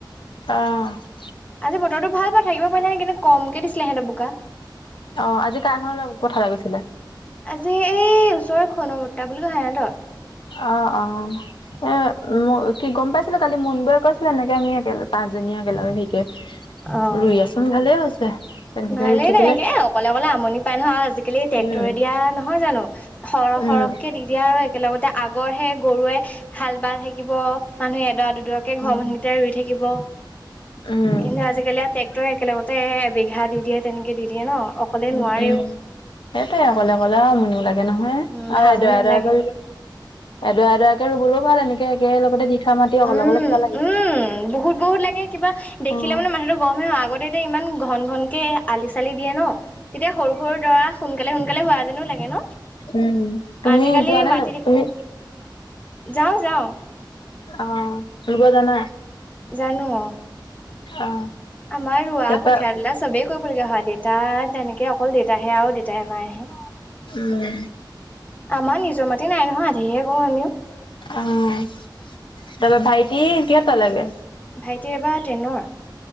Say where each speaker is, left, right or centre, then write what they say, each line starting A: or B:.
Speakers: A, on the left; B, on the left.
A: অ
B: আজি বতৰটো ভাল পাই থাকিব <inaudible> কমকৈ দিছিলে সিহঁতৰ বোকা।
A: অ, আজি কাৰ ঘৰলৈ পথাৰলৈ গৈছিলে?
B: আজি এই ওচৰৰ খণ বৰ্তা বুলি কই সিঁহতৰ।
A: অ, অ, এ উ, কি গম পাইছিলোঁ কালি মুনবোয়ে কৈছিলে এনেকে আমিেল পাঁচজনী একেলগ সিকে
B: অ'।
A: ৰুই আচোন ভালে হৈছে। তেনেকে
B: ভালেই
A: ৰুই থাকিলে
B: ন এনেকে অকলে অকলে আমনি পাই নহয় আজি আজিকালি ট্ৰেক্টৰে
A: উম
B: দিয়া নহয় জানো সৰ
A: উম
B: সৰহকে দি এতিয়া আৰু একেলগতে আগৰহে গৰুৱে হাল বাল থাকিব মানুহে এডৰা দুডৰা কে
A: উম,
B: ঘৰ মানুহ কেইটাই ৰুই থাকিব
A: উম,
B: কিন্তু আজিিকালি আৰু ট্ৰেক্টৰে একেলগতে ঘা দি দিয়ে তেনেকৈ দি দিয়ে ন। অকলে
A: উম,
B: নোৱাৰেও।
A: উম, সেইটোৱেই অকলে অকলে আমনিও লাগে গে নহয়
B: উম,
A: আৰু
B: ভালো
A: এডৰা
B: নালাগে।
A: এড এডৰা এডৰাৰাকে ৰুবলৈও ভাল এনেকে একে লগতে দি থোৱা মাটি অকলে
B: উম,
A: অকলে কিবা লাগে।
B: উম, বহুত বহুত লাগে কিবা দেখিলে
A: উম,
B: মানে মা টো গমেই আগতে এতিয়া ইমান ঘন ঘন কেে আলি চালি দিয়ে ন তেতিয়া সৰু সৰু দৰা সোনকালে সোনকালে হোৱা যেনো লাগে ন
A: উম তুমি
B: আজিকালি
A: যোৱা নাই
B: মাটি
A: ন
B: দেখিলে
A: তুমি
B: যাওঁ যাওঁ
A: আহ লব জানা
B: জানো অ
A: অ
B: আমাৰ ৰোৱা
A: তাৰপা
B: কঠিয়াৰ দলা চবে কৰিবলগা হয় দেউতা তেনেকে অকল দেউতাহে আৰু দেউতাই এমাহ আহে
A: উম
B: আমাৰ নিজৰ মাি নাই নহয় আধিহে কওঁ আমিও
A: অ তাৰপৰা ভাইটি কিহত লাগে
B: ভাইটি এবাৰ ট্ৰেইনৰ